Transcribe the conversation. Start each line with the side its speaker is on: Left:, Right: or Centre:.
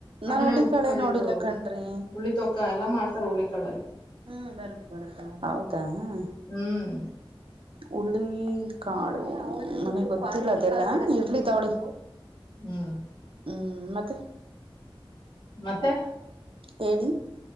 Right: ನಾನ್
Left: ಅದನ್ನೇ
Right: ಹುಳ್ಳಿ
Left: ಉದ್ಕ
Right: ಕಾಳೆ ನೋಡಿಲ್ಲ
Left: ಇದು
Right: ಕಣ್ರಿ
Left: ಹುಳ್ಳಿ ತೊಕ್ಕ ಎಲ್ಲಾ ಮಾಡ್ತಾರೆ ಹುಳ್ಳಿ ಕಳಲ್ಲಿ
Right: ಹ್ಮ್ ಬರ್ ಬರು ಹೌದಾ ಹ್ಮ
Left: ಹ್ಮ್
Right: ಉರುಳ್ಳಿ ಕಾಳು ನನಗ್
Left: ಹ್ಮ್
Right: ಗೊತ್ತಿಲ್ಲ ಅದೆಲ್ಲ ಇರ್ಲಿ ತಾವಳಿ
Left: ಹ್ಮ್
Right: ಹ್ಮ್ ಮತ್ತೆ
Left: ಮತ್ತೆ
Right: ಕೆಡಿ